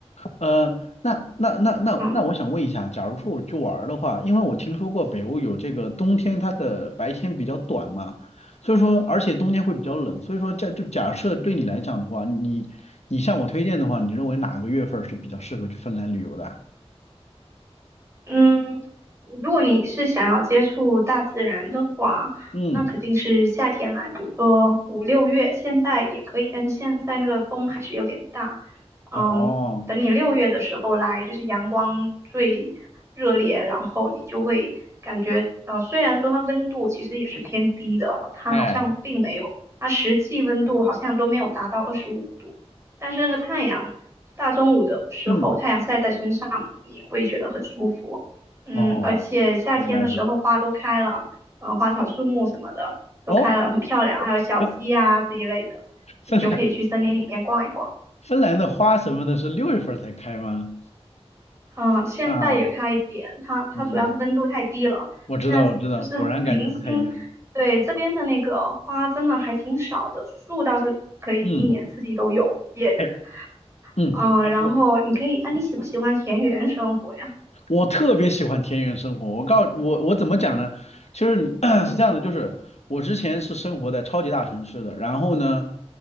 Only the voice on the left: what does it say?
呃，那那那那那我想问一下，
假如说我去玩儿的话，因为我听说过北欧有这个冬天它的白天比较短嘛，所以说而且冬天会比较冷，所以说这就假设对你来讲的话，你你向我推荐的话，你认为哪个月份儿是比较适合去芬兰旅游的啊
嗯，
哦，
哎，
嗯，
哦。
原来如此。
哦，
芬
芬兰
芬兰的花什么的是六月份儿才开吗？
啊，
嗯，我知道，
我知道，果然感觉不太一样。
嗯，哎，嗯，
哎，
我
我特别喜欢田园生活。我告我我怎么讲呢？其实你 <clears throat>
是这样的，就是我之前是生活在超级大城市的，然后呢，